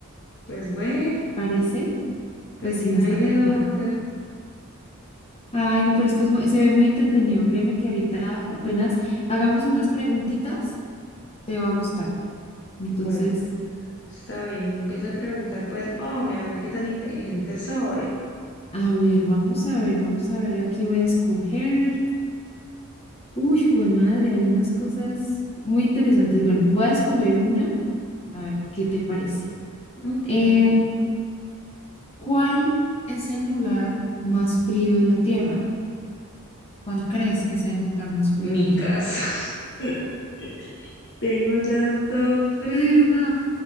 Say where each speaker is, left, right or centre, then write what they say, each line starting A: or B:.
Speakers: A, on the left (about 55°); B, on the left (about 25°).
A: Pues bueno,
B: ¿Te parece?
A: pues
B: Pues
A: si
B: si no
A: no
B: estás
A: hay de
B: ocupada.
A: otra.
B: Ay, no, pero esto es, mu- se ve muy entretenido. Créeme que ahorita apenas hagamos unas preguntitas, te va a gustar. Entonces...
A: Bueno, está bien. Empieza a preguntar, pues, oh, me a ver qué tan inteligente soy.
B: A ver, vamos a ver, vamos a ver, aquí voy a escoger. Uy, jue madre, hay unas cosas muy interesantes. Bueno, voy a escoger una, a ver qué te parece.
A: Ok.
B: Em, ¿cuál es el lugar más frío de la Tierra? ¿Cuál crees que sea el lugar más frío de
A: Mi
B: la Tierra?
A: casa. <laughs> Tengo tanto frío.
B: De verdad.